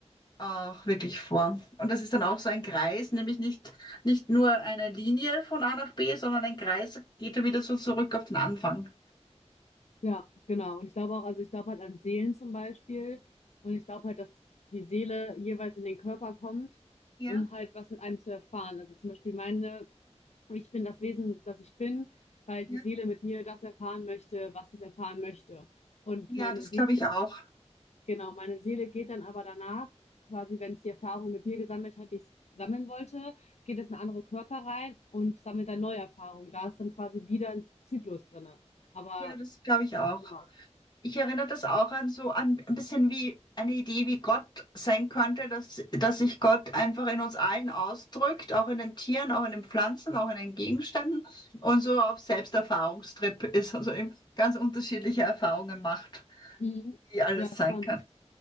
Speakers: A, on the left (about 40°); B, on the left (about 70°).
A: auch wirklich vor. Und das ist dann auch so ein Kreis, nämlich nicht, nicht nur eine Linie von A nach B, sondern ein Kreis geht ja wieder so zurück auf den Anfang.
B: Ja, genau. Und ich glaube auch, also ich glaube halt an Seelen zum Beispiel und ich glaube halt, dass die Seele jeweils in den Körper kommt,
A: Ja,
B: um halt was mit einem zu erfahren. Also zum Beispiel meine, ich bin das Wesen, das ich bin, weil die
A: ja,
B: Seele mit mir das erfahren möchte, was es erfahren möchte. Und
A: ja,
B: meine
A: das
B: Seele
A: glaube ich auch.
B: Genau, meine Seele geht dann aber danach, quasi wenn es die Erfahrung mit mir gesammelt hat, die es sammeln wollte, geht es in andere Körper rein und sammelt dann neue Erfahrungen. Da ist dann quasi wieder ein Zyklus drinne. Aber
A: Ja, das glaube ich auch.
B: ja,
A: Ich erinnere das auch an so an ein bisschen wie eine Idee, wie Gott sein könnte, dass, dass sich Gott einfach in uns allen ausdrückt, auch in den Tieren, auch in den Pflanzen, auch in den Gegenständen und so auf Selbsterfahrungstrip ist, also eben ganz unterschiedliche Erfahrungen macht,
B: mhm.
A: wie alles
B: Ja,
A: sein
B: spannend.
A: kann.